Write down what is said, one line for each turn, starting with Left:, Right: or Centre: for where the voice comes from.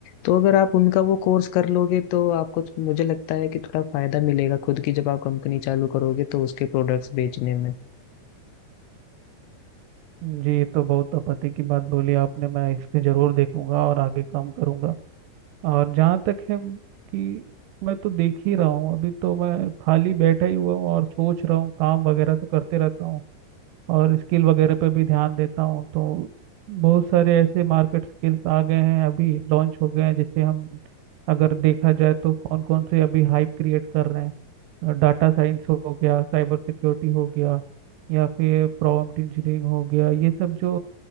Left: तो अगर आप उनका वो कोर्स कर लोगे तो आपको मुझे लगता है कि थोड़ा फायदा मिलेगा खुद की जब आप कंपनी चालू करोगे तो उसके प्रोडक्ट्स बेचने में
Right: जी ये तो बहुत आपत्ति की बात बोली आपने मैं इस पे जरूर देखूंगा और आगे काम करूंगा और जहाँ तक है कि मैं तो देख ही रहा हूँ अभी तो मैं खाली बैठा ही हुआ हूँ और सोच रहा हूँ काम वगैरह तो करते रहता हूँ और स्किल वगैरह पे भी ध्यान देता हूँ तो बहुत सारे ऐसे मार्केट स्किल्स आ गए हैं अभी लॉन्च हो गए हैं जिसे हम अगर देखा जाए तो कौन कौन से अभी हाइप क्रिएट कर रहे हैं डाटा साइंस हो गया साइबर सिक्योरिटी हो गया या फिर प्रॉम्प्ट इंजीनियरिंग हो गया ये सब जो